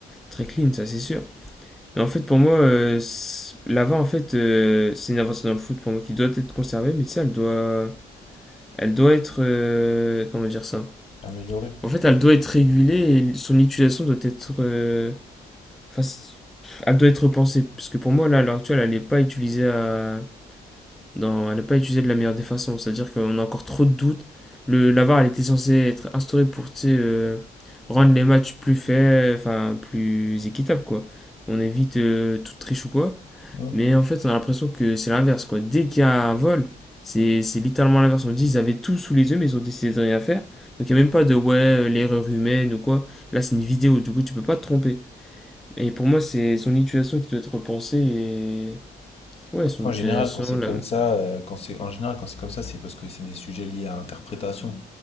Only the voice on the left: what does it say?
améliorer.
Ouais.
Après,
en général, quand c'est
comme ça, euh, quand c'est en général quand c'est comme ça, c'est parce que c'est des sujets liés à l'interprétation,